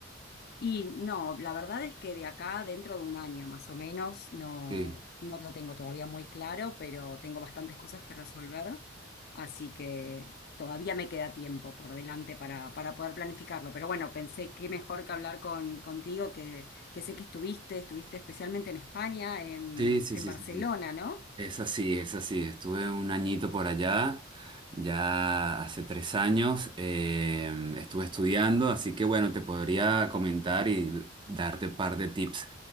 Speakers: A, on the left; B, on the right.
A: Y no, la verdad es que de acá, dentro de un año más o menos, no,
B: Sí.
A: no lo tengo todavía muy claro, pero tengo bastantes cosas que resolver, así que todavía me queda tiempo por delante para, para poder planificarlo. Pero bueno, pensé que mejor que hablar con, contigo, que, que sé que estuviste, estuviste especialmente en España, en,
B: Sí, sí,
A: en
B: sí,
A: Barcelona,
B: sí. sí.
A: ¿no?
B: Es así, es así. Estuve un añito por allá, ya hace tres años, em, estuve estudiando, así que bueno, te podría comentar y darte un par de tips. Sí.